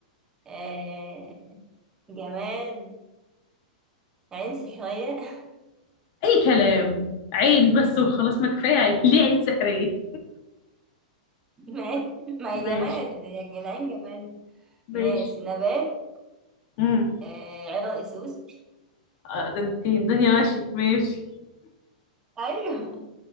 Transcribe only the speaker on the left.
<laughs> اي كلام عين بس وخلاص ما كفايه عين ليه عين سحريه
ماشي
ماشي
امم
آه ده انت الدنيا ماشي ماشي